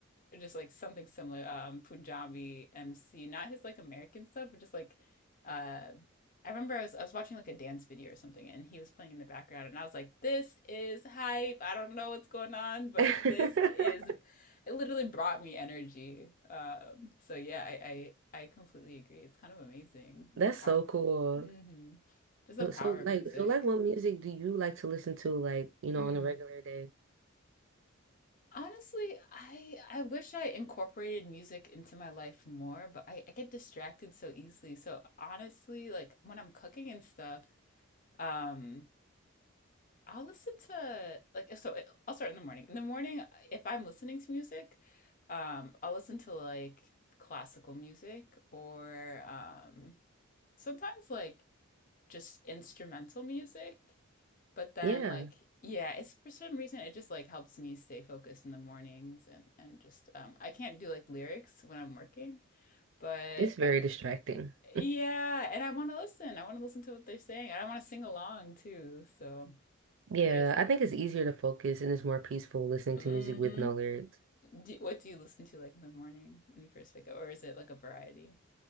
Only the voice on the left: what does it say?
or just like something similar. Um, Punjabi MC, not his like American stuff, but just like uh, I remember I was I was watching like a dance video or something, and he was playing in the background, and I was like, "This is hype." I don't know what's going on, but
this is it. Literally brought me energy. Um, so yeah, I I, I completely agree. It's kind of amazing
the power,
hmm just the
power
of music.
Mm.
Honestly, I I wish I incorporated music into my life more, but I, I get distracted so easily. So honestly, like when I'm cooking and stuff, um, I'll listen to like if so I'll start in the morning. In the morning, if I'm listening to music, um, I'll listen to like classical music or um sometimes like just instrumental music. But then,
like, yeah, it's for some reason it just like helps me stay focused in the mornings and and just um I can't do like lyrics when I'm working, but
uh,
yeah, and I want to listen. I want to listen to what they're saying. I don't want to sing along too. So
there's
mm
hmm
Do, what do you listen to like in the morning when you first wake up, or is it like a variety?